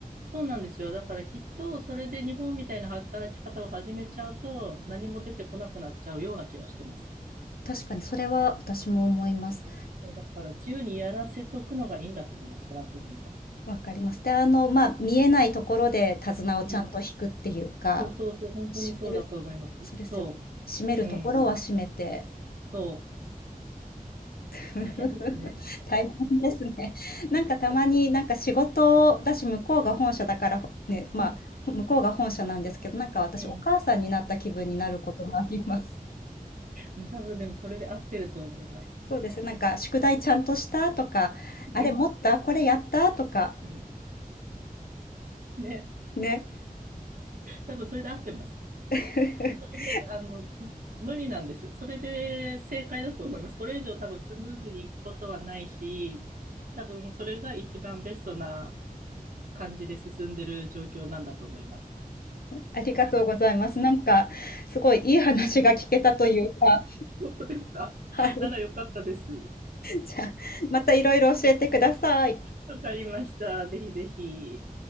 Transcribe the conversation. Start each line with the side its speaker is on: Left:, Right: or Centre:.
Right: そうなんですよ。だからきっと、それで日本みたいな働き方を始めちゃうと、何も出てこなくなっちゃうような気はしてます。
Left: 確かに、それは私も思います。
Right: そうだから自由にやらせとくのがいいんだと思います、フランス人は。
Left: わかります。で、あの、まあ、見えないところで手綱をちゃんと引くっていうか、
Right: うん。そうそうそう、本当にそうだと思います。
Left: 閉める、そうですよね。
Right: そ
Left: 閉めるところは閉めて。
Right: う。うん。そ
Left: <laughs>
Right: う。大変ですね。
Left: 大変ですね。なんかたまになんか仕事だし、向こうが本社だから、ね、まあ、
Right: うん。
Left: 向こうが本社なんですけど、なんか私お母さんになった気分になることもあります。
Right: うん。うん多分でもそれで合ってると思います。
Left: そうです。なんか宿題ちゃんとしたとか、
Right: <laughs>
Left: あれ持ったこれやったとか、
Right: うんね。
Left: ね。
Right: 多分それで合ってます。
Left: <laughs>
Right: それで、あの、無理なんです。それで正解だと思います。これ以上多分スムーズにいくことはないし、多分それが一番ベストな感じで進んでる状況なんだと思います。
Left: ありがとうございます。なんかすごいいい話が聞けたというか、
Right: 本当ですか <laughs>
Left: はい。
Right: ならよかったです。
Left: じゃあ、またいろいろ教えてください。
Right: わかりました。ぜひぜひ。